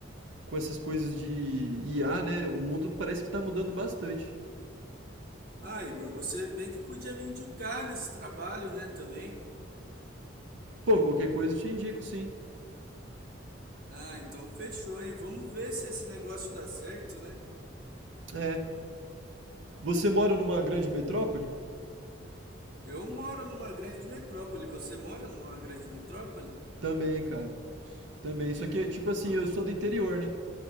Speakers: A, on the right; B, on the right.
A: com essas coisas de IA, né, o mundo parece que tá mudando bastante.
B: Ah, Igor, você bem que podia me indicar nesse trabalho, né, também.
A: Pô, qualquer coisa eu te indico, sim.
B: Ah, então fechou, hein? Vamos ver se esse negócio dá certo, né?
A: É. Você mora numa grande metrópole?
B: Eu moro numa grande metrópole. Você mora numa grande metrópole?
A: Também, cara. Também, só que, tipo assim,
B: Ah,
A: eu sou do interior, né?